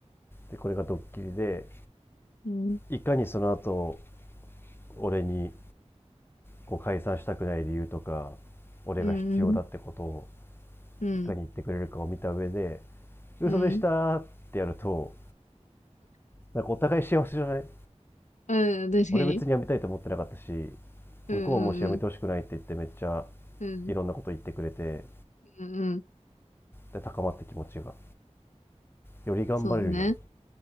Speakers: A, on the left (about 20°); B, on the left (about 85°).
A: でこれがドッキリで
B: うん。
A: いかにその後俺にこう解散したくない理由とか俺が必要だってことを
B: うん。うん。うん。
A: いかに言ってくれるかを見た上で嘘でしたーってやると
B: うん。
A: なんかお互い幸せじゃない
B: 確かに。
A: 俺別に辞めたいと思ってなかったし、
B: うんうんうん。
A: 向こうはもし辞めてほしくないって言ってめっちゃ
B: うん。
A: いろんなこと言ってくれて、
B: うんうん。
A: で、高まって気持ちが。より頑張れるじゃん。
B: そうね。